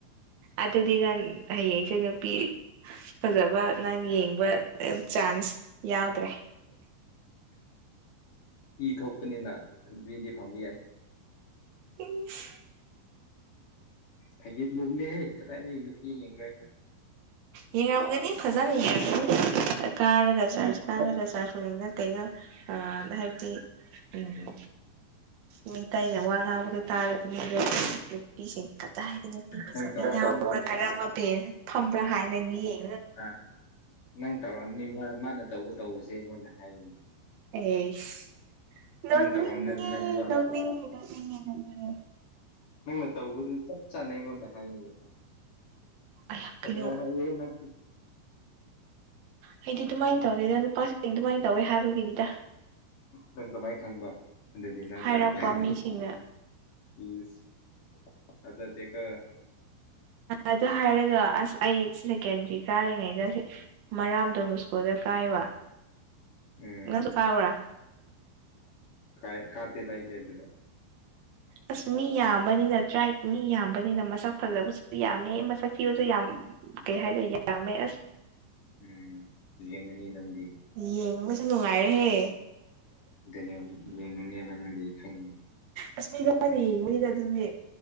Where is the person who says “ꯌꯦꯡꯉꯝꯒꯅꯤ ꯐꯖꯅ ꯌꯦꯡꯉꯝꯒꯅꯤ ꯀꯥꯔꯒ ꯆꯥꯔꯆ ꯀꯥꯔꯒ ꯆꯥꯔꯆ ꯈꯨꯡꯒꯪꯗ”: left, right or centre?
Right